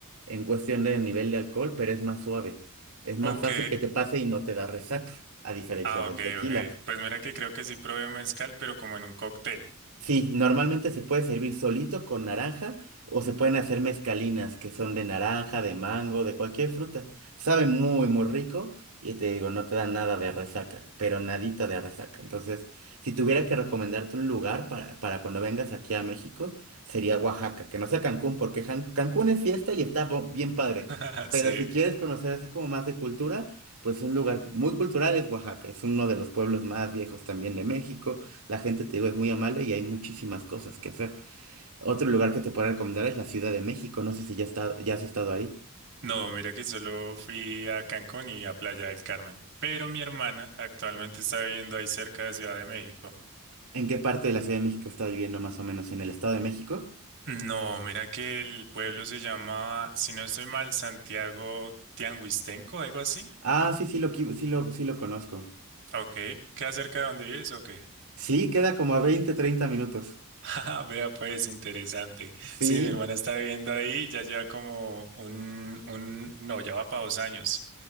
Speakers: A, on the right (about 75°); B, on the right (about 55°).
A: en cuestión del nivel de alcohol, pero es más suave. Es más
B: Ok.
A: fácil que te pase y no te da resaca, a diferencia
B: Ah,
A: del
B: ok,
A: tequila.
B: ok. Pues mira que creo que sí probé mezcal, pero como en un cóctel.
A: Sí, normalmente se puede servir solito con naranja o se pueden hacer mezcalinas que son de naranja, de mango, de cualquier fruta. Sabe muy, muy rico y te digo, no te da nada de resaca, pero nadita de resaca. Entonces, si tuviera que recomendarte un lugar para, para cuando vengas aquí a México, sería Oaxaca, que no sea Cancún, porque Jan- Cancún es fiesta y está bo- bien padre.
B: <laughs>
A: Pero
B: Sí.
A: si quieres conocer así como más de cultura, pues un lugar muy cultural es Oaxaca. Es uno de los pueblos más viejos también de México. La gente, te digo, es muy amable y hay muchísimas cosas que hacer. Otro lugar que te puedo recomendar es la Ciudad de México. No sé si ya, está, ya has estado ahí.
B: No, mira que solo fui a Cancún y a Playa del Carmen. Pero mi hermana actualmente está viviendo ahí cerca de Ciudad de México.
A: ¿En qué parte de la Ciudad de México está viviendo más o menos? ¿En el Estado de México?
B: No, mira que el pueblo se llama, si no estoy mal, Santiago Tianguistenco, algo así.
A: Ah, sí, sí lo, qui- sí lo, sí lo conozco.
B: Ok, ¿qué acerca de donde vives o qué?
A: Sí, queda como a 20, 30 minutos.
B: <laughs> Ajá, Vea, pues interesante.
A: Sí.
B: Sí, mi hermana está viviendo ahí, ya lleva como un, un, no, ya va para dos años.